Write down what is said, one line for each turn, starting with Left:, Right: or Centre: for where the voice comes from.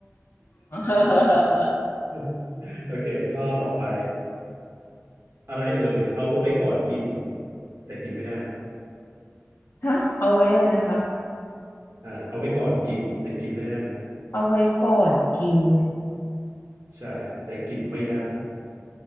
Left: <laughs>
Right: <laughs> โอเคข้อต่อไปอะไรเอ่ยเอาไว้ก่อนกินแต่กินไม่ได้
Left: ฮะเอาไว้อะไรนะคะ
Right: อ่าเอาไว้ก่อนกินแต่กินไม่ได้นะ
Left: เอาไว้ก่อนกิน
Right: ใช่แต่กินไม่ได้